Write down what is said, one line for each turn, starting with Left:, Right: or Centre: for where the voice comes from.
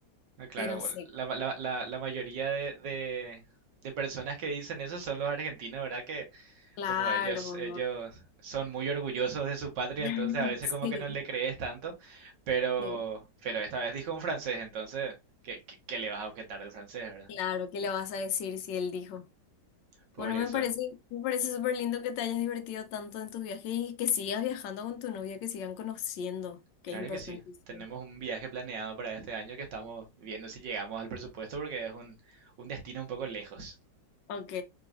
Right: Ah, Claro,
Left: Y no sé.
Right: la, la- la- la mayoría de, de- de personas que dicen eso son los argentinos, ¿verdad? Que
Left: Claro.
Right: como ellos, ellos son muy orgullosos de su patria,
Left: <laughs>
Right: entonces a veces
Left: Sí,
Right: como que no le crees tanto, pero,
Left: sí.
Right: pero esta vez dijo un francés, entonces, ¿qué, qué- qué le vas a objetar al francés, ¿verdad?
Left: Claro, ¿qué le vas a decir si él dijo?
Right: Por
Left: Bueno, me
Right: eso,
Left: parece, me parece súper lindo que te hayas divertido tanto en tus viajes y que sigas viajando con tu novia, que sigan conociendo, que
Right: claro
Left: es importantísimo.
Right: que sí, tenemos un viaje planeado para este año que estamos viendo si llegamos al presupuesto porque es un, un destino un poco lejos.
Left: Ok,